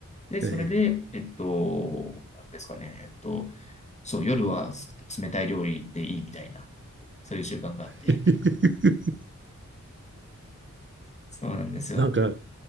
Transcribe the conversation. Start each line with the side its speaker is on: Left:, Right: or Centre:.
Left: で、それで、
Right: ええ。
Left: えっと、なんですかね、えっと、そう、夜は冷たい料理でいいみたいな、そういう習慣があって、
Right: <laughs>
Left: <laughs> そうなんですよ。
Right: なんか、